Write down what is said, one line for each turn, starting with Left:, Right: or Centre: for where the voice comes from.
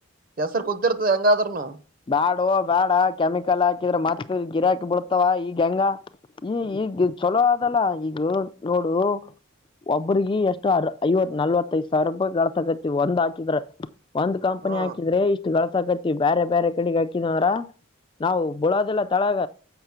Right: ಹೆಸರು ಕೂತಿರ್ತದ ಹೆಂಗಾದ್ರನು
Left: ಬ್ಯಾಡ ಓ ಬ್ಯಾಡ ಕೆಮಿಕಲ್ ಹಾಕಿದ್ರೆ ಮತ್ತ ಗಿರಾಕಿ ಬಿಡ್ತಾವ ಈಗ ಹೆಂಗ ಈ ಈಗ ಚಲೋ ಅದಲ್ಲ ಈಗ ನೋಡು ಒಬ್ರಗ ಎಷ್ಟು ಅರ್ ಐವತ್ ನಲ್ವತ್ತೈದ ಸಾವಿರ ರೂಪಾಯಿಳತಕತಿ ಒಂದ್ ಹಾಕಿದ್ರ ಒಂದ ಕಂನಿ
Right: ಹ್ಮ
Left: ಹಾಕಿದ್ರೆ ಇಷ್ಟು ಲಾಸಕತಿ ಬೇರೆ ಬೇರೆ ಕಡೆಗೆ ಹಾಕಿದವ್ರ ನಾವು ಬುಳೋದಿಲ್ಲ ತಳಗ